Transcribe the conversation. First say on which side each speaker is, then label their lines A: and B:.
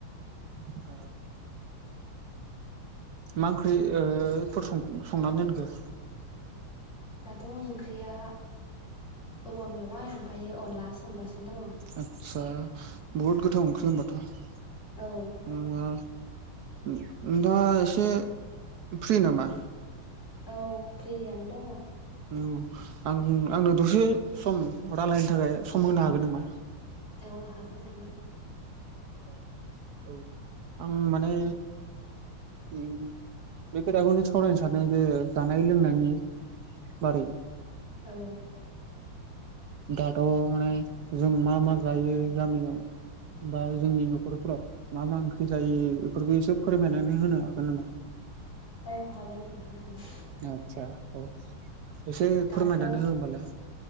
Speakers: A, on the right; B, on the left.
A: औ मा ओंख्रि ओ फोर संखो ओ संनानै दोनखो?
B: दाथ ओंख्रिया औवा मेवाइ ओमफायो अनला संगासिनो दङ
A: आतसा बहुत गथाव ओंख्रि होमबाथ उम
B: औ
A: दा एसे फ्रि नामा?
B: औ फ्रियानो दङ
A: औ आं आंनो दसे सम रायलायनो थाखाय सम होनो हागोन नामा?
B: औ हागोन हागोन।
A: आ औ आं माने उम बे खोथाखौनो सावरायनो सान्दों जे जानाय लोंनायनि औ
B: औ
A: दाथ माने जों मा मा जायो गामियाव बा जोंनि नखरफोराव मा मा ओंख्रि जायो बेफोरखौ एसे फोरमायनानै होनो हागोन नामा?
B: औ हागोन नोंथां हागोन
A: आतसा औ एसे
B: दाथ'
A: फोरमायनानै हो होमबालाय